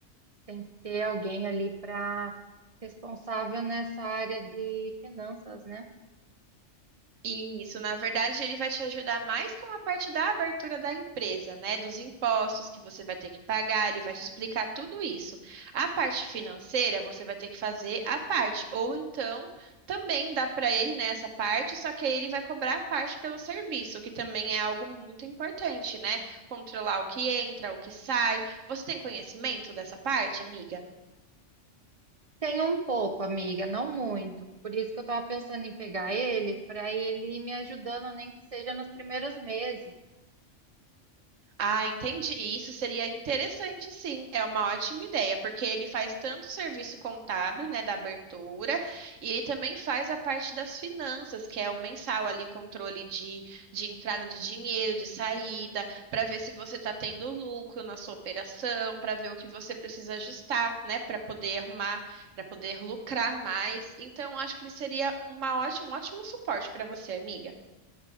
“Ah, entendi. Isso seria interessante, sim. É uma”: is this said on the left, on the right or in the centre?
Right